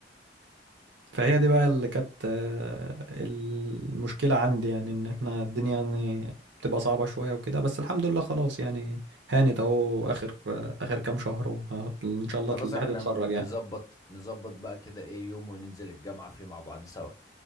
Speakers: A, on the right; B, on the left.
A: فهي دي بقى اللي كانت آه، المشكلة عندي يعني إن إحنا الدنيا يعني بتبقى صعبة شوية وكده بس الحمد لله خلاص يعني هانت أهو آخر آه، آخر كام شهر وهت... إن شاء الله
B: خلاص
A: الواحد
B: احنا
A: يتخرج
B: ن-
A: يعني
B: نظبط نظبط بقى كده ايه يوم وننزل الجامعة فيه مع بعض سوا